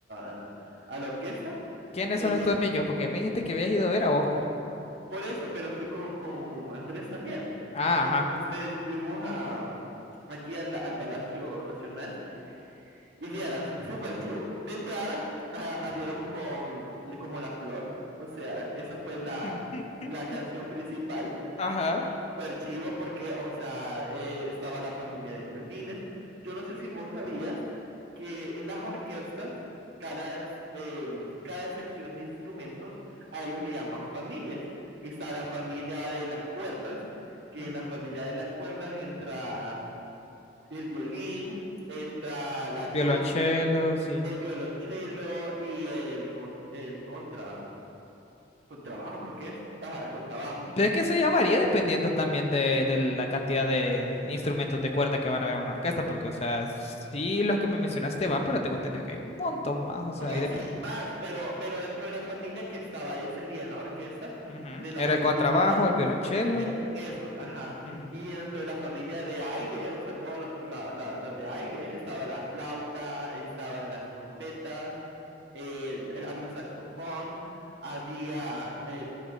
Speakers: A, on the right; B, on the left.
A: a- a la orquesta,
B: ¿Quiénes
A: eh,
B: son estos niños? Porque me dijiste que habías ido a ver a Oscar.
A: por eso, pero fui con, con Andrés también.
B: Ah,
A: Entonces
B: ajá.
A: fuimos a, aquí a la- al Palacio Nacional y vieras, súper chivo. De entrada, ah, abrieron con como La Flor, o sea, esa fue la,
B: <laughs>
A: la canción principal.
B: Ajá.
A: Súper chivo porque, o sea, eh, estaba la familia de violines. Yo no sé si vos sabías que en las orquestas, cada, eh, cada sección de instrumentos, a ellos le llaman familias. Está la familia de las cuerdas, que
B: Ujú.
A: en la familia de las cuerdas entra el violín, entra la
B: Violonchelo,
A: viola,
B: sí.
A: el violonchelo y el, con- el contra, contrabajo creo que es, ajá, el contrabajo.
B: Pero es que eso ya varía dependiendo también de, de la cantidad de instrumentos de cuerda que van a haber en una orquesta, porque, o sea, sí los que me mencionaste van, pero tengo entendido que hay un montón más, o sea,
A: Bueno,
B: ahí depende.
A: sí hay más, pero, pero dentro de la familia que estaba ese día en la orquesta,
B: Ujú.
A: de la
B: Era
A: familia
B: el contrabajo,
A: de cuerdas,
B: el violonchelo,
A: eh, esos, ajá.
B: ujú,
A: Y dentro de la familia de aire, o sea, todos los la- la- los de aire, estaba la flauta, estaban las trompetas, eh, eh, había un saxofón, había, eh,